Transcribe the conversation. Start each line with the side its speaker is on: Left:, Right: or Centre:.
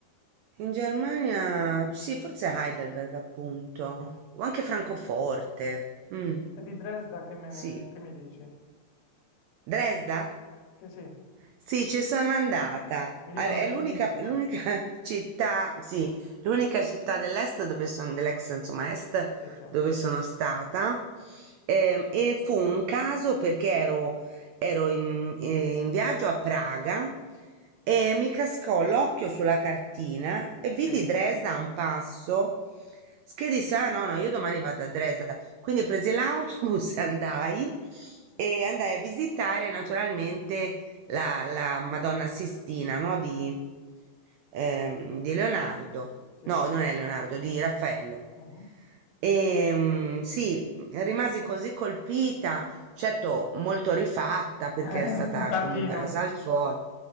Right: in Germania sì, forse Heidelberg appunto, o anche Francoforte. Mh,
Left: E di Dresda che me ne-
Right: sì.
Left: che mi dici?
Right: Dresda?
Left: Che sì, mi
Right: Sì, ci sono andata.
Left: dicono
Right: Al- È
Left: che è
Right: l'unica
Left: fighissima.
Right: l'unica <laughs> città, sì, l'unica città dell'est dove sono, dell'ex, insomma, est
Left: Sì, certo.
Right: dove sono stata. Ehm, E, fu un caso perché ero ero in, eh, in viaggio a Praga e mi cascò l'occhio sulla cartina e vidi
Left: Sì,
Right: Dresda a un passo che disse: Ah, no, no, io domani vado a Dresda. Quindi presi l'autobus <laughs> e andai e andai a visitare naturalmente la, la Madonna Sistina, no, di, ehm, di Leonardo.
Left: sì.
Right: No, non è Leonardo, di Raffaello.
Left: mhm.
Right: E, sì, rimasi così colpita Certo, molto rifatta perché
Left: <laughs>
Right: era stata
Left: Un tantino,
Right: comunque rasa al suolo.